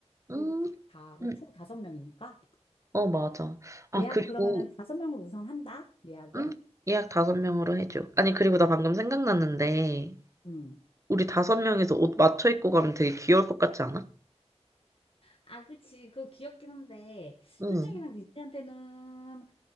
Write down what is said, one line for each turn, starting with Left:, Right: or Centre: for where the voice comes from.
Right: 응.
Left: 그리고 다
Right: 음, 음.
Left: 총 다섯 명이니까.
Right: 어, 맞아. 아,
Left: 예약
Right: 그리고
Left: 그러면은 다섯 명을 우선 한다? 예약은?
Right: 음? 예약 다섯 명으로 해줘. 아니, 그리고 나 방금 생각났는데
Left: 음.
Right: 우리 다섯 명이서 옷 맞춰 입고 가면 되게 귀여울 것 같지 않아?
Left: 아, 그치. 그거 귀엽긴 한데,
Right: 응.
Left: 현정이랑 민지한테는,